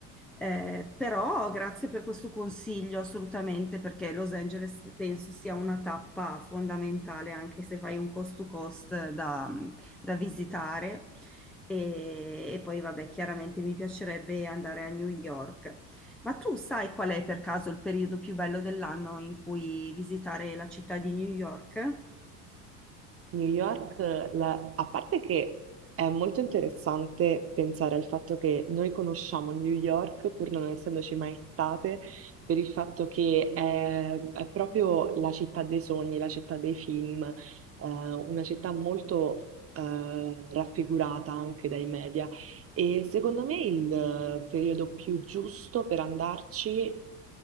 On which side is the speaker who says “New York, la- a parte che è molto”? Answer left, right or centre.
Right